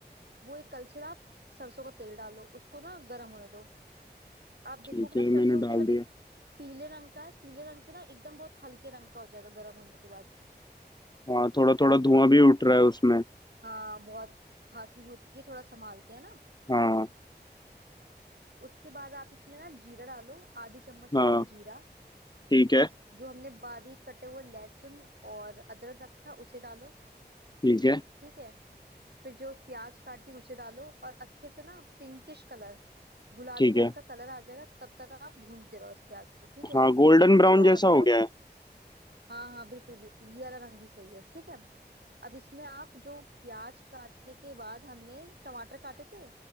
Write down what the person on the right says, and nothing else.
वो एक कलछिल आप सरसों का तेल डालो उसको ना गर्म होने दो आप
देखोगे
ना सरसों
का
तेल अभी
पीले रंग का है पीले रंग से ना एकदम बहुत हल्के रंग का हो जाएगा गर्म होने के बाद
हाँ बहुत खांसी भी उठती है थोड़ा संभालते हैं ना
उसके बाद आप इसमें ना जीरा डालो आधी चम्मच
से कम जीरा
जो हमने बारीक कटे हुए लहसुन और अदरक रखा है, उसे डालो
ठीक है फिर जो प्याज काटी उसे डालो और अच्छे से ना पिंकिश कलर गुलाबी
रंग का कलर आ जाएगा तब तक आप भूनते रहो इस प्याज को ठीक है
देखो आ
भी
रहा
होगा
हाँ हाँ बिल्कुल बिल्कुल ये वाला रंग भी सही है ठीक है अब इसमें आप जो प्याज काटने के बाद हमने टमाटर काटे थे